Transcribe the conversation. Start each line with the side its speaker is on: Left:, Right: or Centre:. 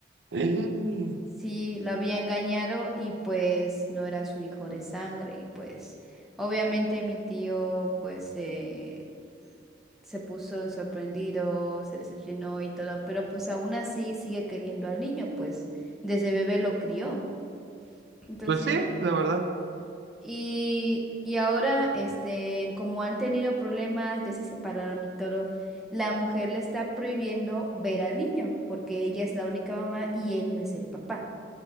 Right: Mm.
Centre: Sí, lo había engañado y pues no era su hijo de sangre y pues obviamente mi tío pues eh, se puso en sorprendido, se decepcionó y todo, pero pues aún así sigue queriendo al niño, pues desde bebé lo crió. Entonces,
Right: Pues sí, la verdad,
Centre: y, y ahora, este, como han tenido problemas, ya se separaron y todo, la mujer le está prohibiendo ver al niño porque ella es la única mamá y él no es el papá.